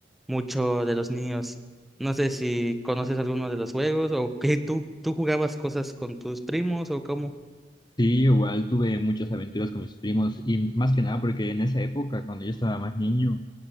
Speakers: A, in the centre; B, on the left.
A: mucho de los niños. No sé si conoces alguno de los juegos o que tú, tú jugabas cosas con tus primos o cómo.
B: Sí, igual tuve muchas aventuras con mis primos y más que nada porque en esa época, cuando yo estaba más niño,